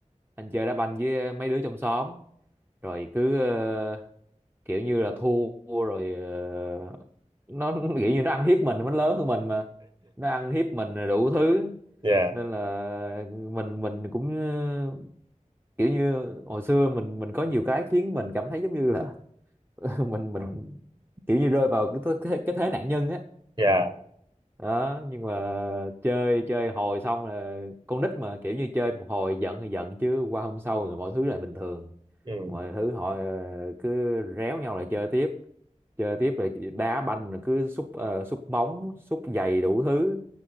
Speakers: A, on the right (about 15°); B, on the right (about 35°).
A: anh chơi đá banh với mấy đứa trong xóm rồi cứ ờ, kiểu như là thua rồi ờ, nó kiểu như nó ăn hiếp mình nó lớn hơn mình mà nó ăn hiếp mình rồi đủ thứ
B: dạ
A: nên là mình mình cũng ờ, kiểu như hồi xưa mình mình có nhiều cái khiến mình cảm thấy giống như là <laughs> mình mình kiểu như rơi vào cái thế, cái thế nạn nhân á
B: dạ <laughs>
A: đó nhưng mà chơi chơi hồi xong là con nít mà kiểu như chơi một hồi giận thì giận chứ qua hôm sau rồi mọi thứ lại bình thường
B: ừ,
A: mọi thứ họ ờ, cứ réo nhau lại chơi tiếp chơi tiếp rồi đá banh rồi cứ xúc ờ, xúc bóng xúc giày đủ thứ